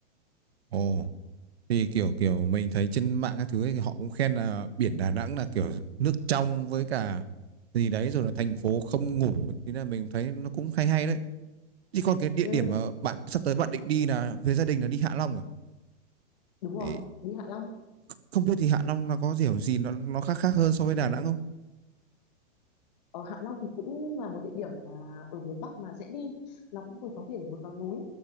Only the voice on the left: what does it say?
Ừm,
đúng rồi,
đi Hạ Long.
ở Hạ Long thì cũng là một địa điểm mà ở miền Bắc mà dễ đi nó cũng vừa có biển vừa có núi